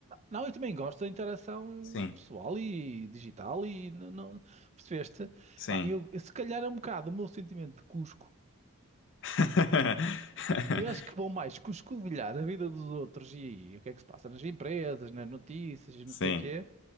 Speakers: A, on the right; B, on the left.
A: não, eu também gosto da interação
B: Sim,
A: pessoal e digital e... Não, não- percebeste?
B: sim.
A: Pá, eu, se calhar é um bocado o meu sentimento de Cusco
B: <laughs>
A: Eu acho que vou mais cuscovilhar escovilhar a vida dos outros e, aí, o que é que se passa nas empresas, nas notícias e
B: Sim.
A: não sei o quê,